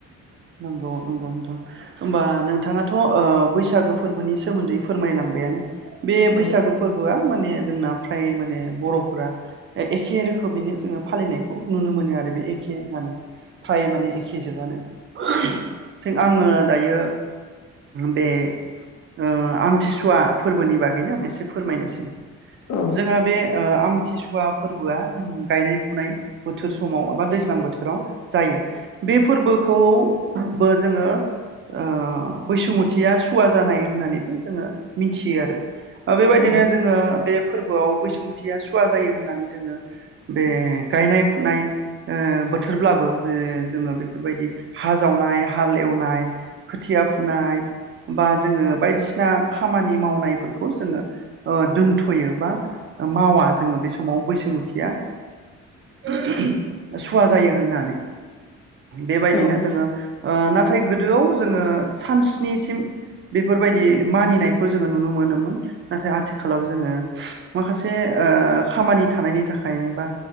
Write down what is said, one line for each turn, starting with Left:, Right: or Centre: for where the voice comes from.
Right: नंगौ-नंगौ नोंथां होमबा नोंथाङाथ' ओ बैसागो फोरबोनि सोमोन्दै फोरमायलांबायानो बे बैसागो
Left: औ
Right: फोरबोआ माने जोंना फ्राय माने बर'फोरा एखे रोखोमैनो जोङो फालिनायखौ नुनो मोनो आरो बे एखेआनो फ्राय माने एखे जोबानो <unintelligible> आङो दायो बे ओ आमथिसुवा फोरबोनि बागैनो आं एसे फोरमायनोसै
Left: औ
Right: जोंहा बे ओ आमथि सु वा फोरबोआ जों गायनाय फुनाय बोथोर समाव एबा दैज्लां बोथोराव जायो। बे फोरबोखौबो जोङो ओ बैसुमथिया सुवा जानाय होननानैबो जोङो मिथियो आरो ओ बेबायदिनो
Left: औ
Right: जोङो बे फोरबोआव बैसुमुथिया सुवा जायो होननानै जोङो बे गायनाय फुनाय ओ बोथोरब्लाबो बे जोङो बेफोरबायदि हा जावनाय हाल एवनाय खोथिया फुनाय बा जोङो बायदिसिना खामानि मावनायफोरखौ जोङो ओ दोनथ'यो बा मावा जोङो बे समाव बैसुमुथिया <unintelligible> सुवा जायो होननानै बेबायदिनो
Left: औ
Right: नाथाय गोदोआव जोङो सानस्निसिम बेफोरबायदि मानिनायखौ जोङो नुनो मोनोमोन नाथाय आथिखा लाव जोङो माखासे ओ खामानि थानायनि थाखाय बा